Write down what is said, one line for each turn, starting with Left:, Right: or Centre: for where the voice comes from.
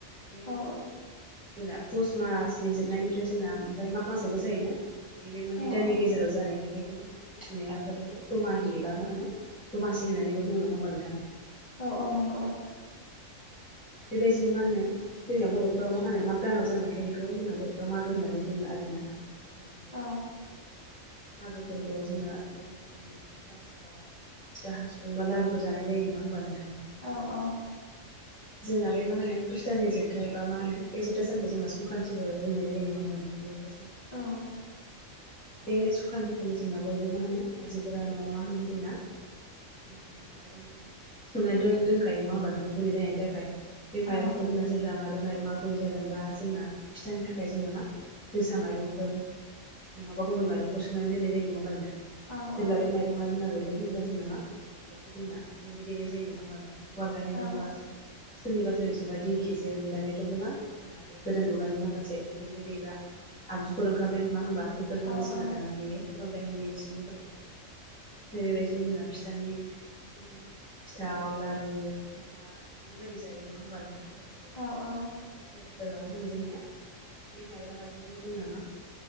Centre: बे
Left: औ
Centre: मा होनो जोंना पुष मासनि जोबनायनिफ्राय जोंना ओमफ्राय माग मासावबो जायोना। बे मोननै
Left: औ
Centre: दाननि गेजेराव जानायखाय बेखौ मा होनो? असमियाफ्रा बेखौ दमाहिबा मा होनो दमासि होननानैबो बुङो नङा होमबा नोंथां? ओमफ्राय
Left: औ
Centre: जोंनिया
Left: औ नंगौ
Centre: मा होनो?
Left: <inaudible>
Centre: बेबायदिनो मा होनो? जोंना बर'फोराव मा होनो मा दानाव जानायखाय बेखौ जोंना बर'फ्रा मागो होननानै बुङो आरोना। जोंना बेयाव
Left: औ
Centre: जोंना मागो फोरबोआव जोंना बायदि रोखोमनि फिथा सिथाव फिथा हासुं बा लारुफोर जानाय जायो नङा होमबा नोंथां?
Left: औ औ
Centre: जोंना बे मा होनो पुष दाननि जोबथा बा मा होनो बे जोबथा सानखौ जोंना संक्रान्थिबो बुंनाय जायो नङा होमबा नोंथां? बेखौ जोंना
Left: औ
Centre: बे संख्रान्थि खालि जोंना बयबो मा होनो आइजोफोरा न'आव मा होनो जोंना मा होनो। माइरं सोमनानै दोनखायो नङा होमबा नोंथां गुरै जानायनि थाखाय बे
Left: औ
Centre: माइरंखौ जोंना जेब्ला माइब्रा माइरंआ गुरै जागोनबा जोंना फिथानि थाखाय जोंना मा जोसा माइरंफोर नङाबा गुबुनाइरंफोर सोमनानै दोननाय जायो नङा होमबा नोंथां
Left: औ
Centre: जेब्ला बे माइरं रंआ जोंना रुयगोन होनब्ला जोंना मा बेखौ जोंना गुन्दै देनाय जायो नङा होमबा नोंथां। उवाल गायहेन
Left: औ
Centre: जेनबा सोरनिबा सोरनिजोंबा दिंखिजों दानियाथ' बे मा दा बे गोदान मुगानि माखासे गुन्दै देग्रा आगजुफोर ओंखारबाय नङा होमबा। फोरफोरजोंबो
Left: औ
Centre: जोंना
Left: औ
Centre: दाना देयो उवाल गायहेन गैयै सुबुंफोरा। बेबायदिनो जोंना फिथानि मा होनो सिथाव लारु एन्थाब बेफोर बायदि जायो नङा होमबा नोंथां मागो फोरबोआव
Left: औ औ।
Centre: ओमफ्राय सोरबा सोरबा मा होनो जोंनिया बे माइब्रा माइरंजों जोंना मा